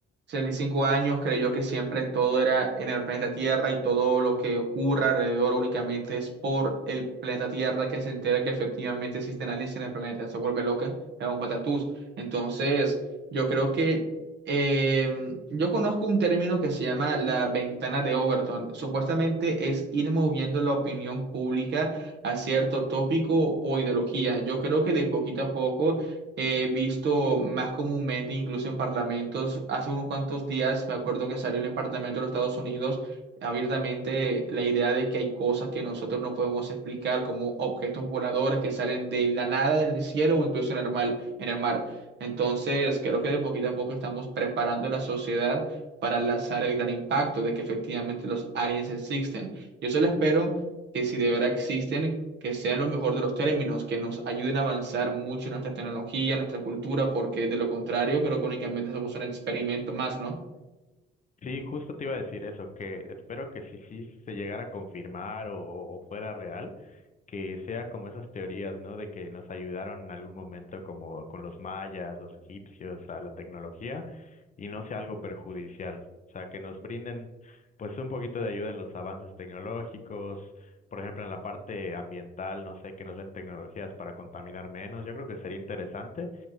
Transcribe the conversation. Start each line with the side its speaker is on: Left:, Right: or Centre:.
Right: 65 años creyó que siempre todo era en el planeta Tierra y todo lo que ocurra alrededor únicamente es por el planeta Tierra que se entera que efectivamente existen aliens en el planeta, se vuelve loca, es un patatús. Entonces... Yo creo que eh, yo conozco un término que se llama la ventana de Overton. Supuestamente es ir moviendo la opinión pública a cierto tópico o ideología. Yo creo que de poquito a poco he visto más comúnmente, incluso en parlamentos. Hace unos cuantos días me acuerdo que salió en el Parlamento de los Estados Unidos abiertamente la idea de que hay cosas que nosotros no podemos explicar, como objetos voladores que salen de la nada del cielo o incluso en el mar. En el mar. Entonces, creo que de poquito a poco estamos preparando la sociedad para lanzar el gran impacto de que efectivamente los aliens existen. Yo solo espero que si de verdad existen, que sean lo mejor de los términos, que nos ayuden a avanzar mucho en nuestra tecnología, nuestra cultura, porque de lo contrario, creo que únicamente somos un experimento más, ¿no?
Left: Sí, justo te iba a decir eso, que espero que si sí se llegara a confirmar o o fuera real que sea como esas teorías, ¿no? De que nos ayudaron en algún momento como con los mayas, los egipcios, a la tecnología y no sea algo perjudicial. O sea, que nos brinden pues un poquito de ayuda en los avances tecnológicos, por ejemplo, en la parte ambiental, no sé, que nos den tecnologías para contaminar menos. Yo creo que sería interesante